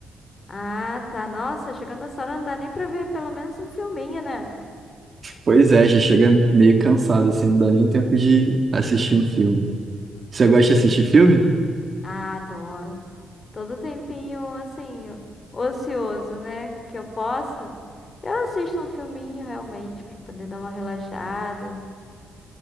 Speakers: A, on the left; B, on the right.
A: Ah, tá. Nossa, chegando essa hora não dá nem pra ver pelo menos um filminho, né?
B: Pois é, já chega meio cansado, assim, não dá nem tempo de assistir um filme. Você gosta de assistir filme?
A: Ah, adoro. Todo tempinho, assim, ocioso, né? Que eu possa. Eu assisto um filminho realmente pra poder dar uma relaxada.